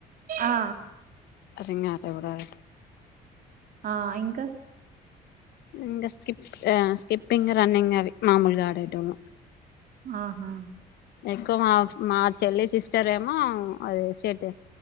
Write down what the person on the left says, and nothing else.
రింగ్ ఆట కూడా ఆడటం
ఇగా స్కిప్ స్కిప్పింగ్ రన్నింగ్ అవి మామూలుగా ఆడేటోల్లం
ఎక్కువ మా మా చెల్లి సిస్టర్ ఏమో అది షెటిల్